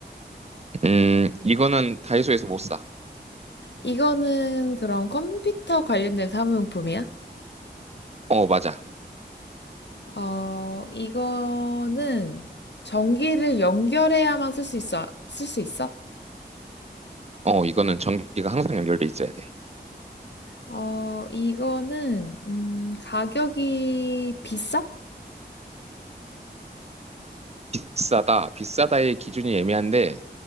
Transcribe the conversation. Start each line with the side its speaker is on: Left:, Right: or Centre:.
Right: 음, 이거는 다이소에서 못 사.
Left: 이거는 그럼 컴퓨터 관련된 사무용품이야?
Right: 어, 맞아.
Left: 어, 이거는 전기를 연결해야만 쓸 수 있어, 쓸 수 있어?
Right: 어, 이거는 전기가 항상 연결돼 있어야 돼.
Left: 어, 이거는, 음, 가격이 비싸?
Right: 비싸다. 비싸다의 기준이 애매한데,